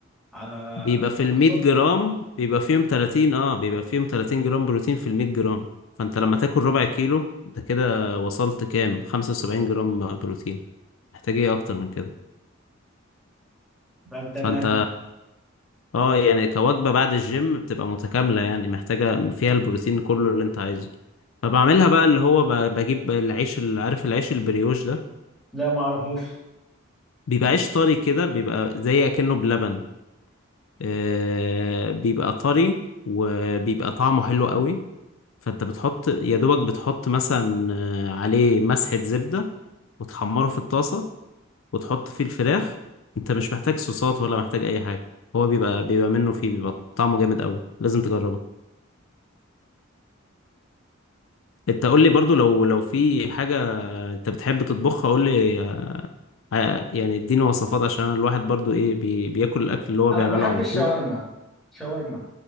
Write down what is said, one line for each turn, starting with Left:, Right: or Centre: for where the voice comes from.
Centre: على على
Left: بيبقى في ال
Centre: الصبح
Left: 100 جرام بيبقى فيهم 30 اه بيبقى فيهم 30 جرام بروتين في ال 100 جرام فانت لما تاكل ربع كيلو انت كده وصلت كام 75 جرام بروتين محتاج ايه اكتر من كده
Centre: طب تمام
Left: فانت اه يعني كوجبة بعد الجيم بتبقى متكاملة يعني محتاجة فيها البروتين كله اللي انت عايزه فبعملها بقى اللي هو ب- بجيب العيش اللي عارف العيش البريوش ده
Centre: لا ما اعرفوش
Left: بيبقى عيش طري كده بيبقى زي اكنه بلبن آه بيبقى طري وبيبقى طعمه حلو قوي فانت بتحط يا دوبك بتحط مثلا آه، عليه مسحة زبدة وتحمره في الطاسة وتحط فيه الفراخ انت مش محتاج صوصات ولا محتاج اي حاجة هو بيبقى بيبقى منه فيه بيبقى طعمه جامد قوي لازم تجربه انت قول لي برضو لو لو في حاجة انت بتحب تطبخها قول لي آه، آه، يعني اديني وصفات عشان أنا الواحد برضو ايه بي بياكل الاكل اللي هو
Centre: انا
Left: بيعمله
Centre: بحب
Left: على
Centre: الشاورما
Left: طول
Centre: شاورما